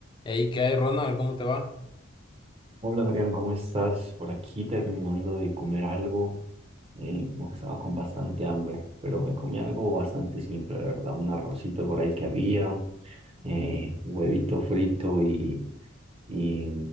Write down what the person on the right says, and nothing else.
Hola Adrián, ¿cómo estás? Por aquí terminando de comer algo, eh, como que estaba con bastante hambre, pero me comí algo bastante simple, la verdad, un arrocito por ahí que había, eh, huevito frito y, y